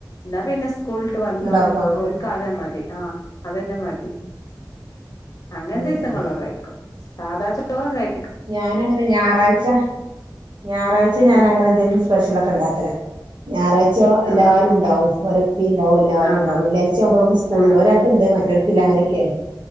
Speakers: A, on the left (about 45°); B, on the right (about 85°).
A: എന്നാ പിന്നെ സ്കൂളിവിട്ട് വന്നാലും
B: ഉണ്ടാക്കും
A: ഓലക്ക് അത് മതി ആ അതന്നെ മതി അങ്ങനെ
B: ഉം
A: ദിവസങ്ങളോ
B: ഉം
A: കഴിക്കും സാധാ ചോറും കഴി-
B: ഞാൻ അങ്ങനെ ഞായറാഴ്ച ഞായറാഴ്ച ഞാൻ
A: ആഹ്
B: അങ്ങനെ എന്തെങ്കിലും സ്പെഷ്യല ഒക്കെ ഉണ്ടാക്കും ക്കല ഞായറാഴ്ച എല്ലാരും
A: ആഹ്
B: ഉണ്ടാവും ഒ- ഉപ്പ ഉണ്ടാവും എല്ലാരും
A: ആഹ്
B: ഉണ്ടാകും വെള്ളാഴ്ച ആകുമ്പോ സ്കൂളുണ്ട്
A: ആഹ്
B: ഒരാൾക്ക ഉണ്ട് മറ്റൊക്കക്കില്ല അങ്ങനൊക്കെയാണ്